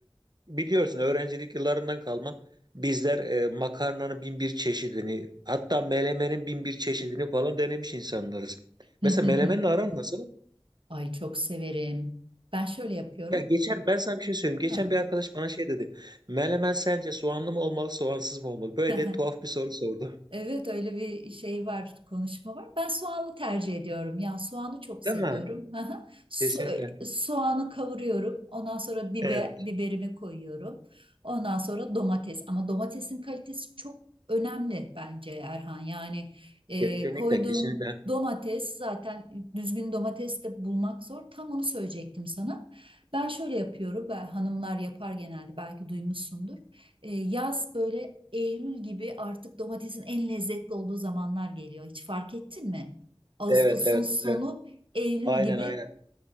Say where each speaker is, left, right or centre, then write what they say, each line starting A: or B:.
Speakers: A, on the right (about 50°); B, on the right (about 65°).
A: biliyorsun öğrencilik yıllarından kalma bizler e, makarnanın bin bir çeşidini hatta melemenin bin bir çeşidini falan denemiş insanlarız.
B: Hmm.
A: Mesela melemenin aran nasıl?
B: <laughs> Ay çok severim. Ben şöyle yapıyorum.
A: Ya geçen ben sana bir şey söyleyeyim. Geçen
B: Ha.
A: bir arkadaş bana şey dedi. Melemen sence soğanlı mı olmalı, soğansız mı olmalı? Böyle
B: <laughs>
A: de tuhaf bir soru sordu.
B: Evet öyle bir şey var, konuşma var. Ben soğanlı tercih ediyorum. Ya soğanı çok seviyorum.
A: Değil mi?
B: <laughs> Aha. So-
A: Kesinlikle.
B: soğanı kavuruyorum. Ondan sonra biber,
A: Evet.
B: biberimi koyuyorum. Ondan sonra domates. Ama domatesin kalitesi çok önemli bence Erhan. Yani e,
A: Kesinlikle,
B: koyduğun
A: kesinlikle.
B: domates zaten düzgün domates de bulmak zor. Tam onu söyleyecektim sana. Ben şöyle yapıyorum. Ben, hanımlar yapar genelde belki duymuşsundur. E, yaz böyle Eylül gibi artık domatesin en lezzetli olduğu zamanlar geliyor. Hiç fark ettin mi? Ağustos'un
A: Evet, evet,
B: sonu
A: evet.
B: Eylül
A: Aynen,
B: gibi
A: aynen. <laughs>